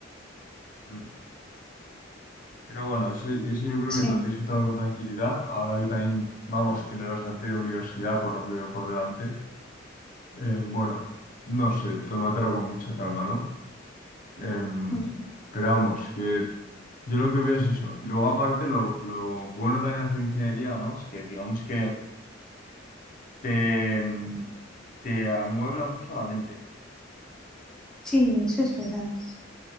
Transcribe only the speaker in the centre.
Sí,
Mm.
sí, eso es verdad.